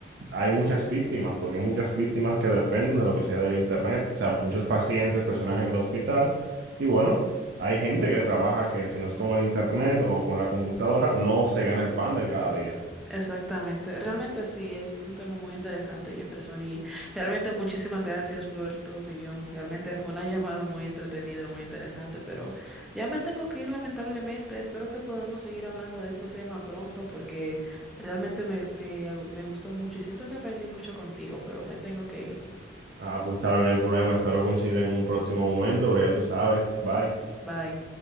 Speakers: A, on the right; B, in the centre.
A: hay muchas víctimas, porque hay muchas víctimas que dependen de lo que sea del Internet. O sea, muchos pacientes, personas en el hospital. Y bueno, hay gente que trabaja que si no es con el Internet o con la computadora, no se gana el pan del cada día.
B: Exactamente, realmente sí, es un tema muy interesante, Jefferson, y realmente muchísimas gracias por tu opinión. Realmente fue una llamada muy entretenida, muy interesante, pero ya me tengo que ir lamentablemente. Espero que podamos seguir hablando de este tema pronto porque realmente me, me, me gustó mucho y siento que aprendí mucho contigo, pero me tengo que ir.
A: Ah, pues está bien, el problema. Espero coincidir en un próximo momento, pero ya tú sabes. Bye.
B: Bye.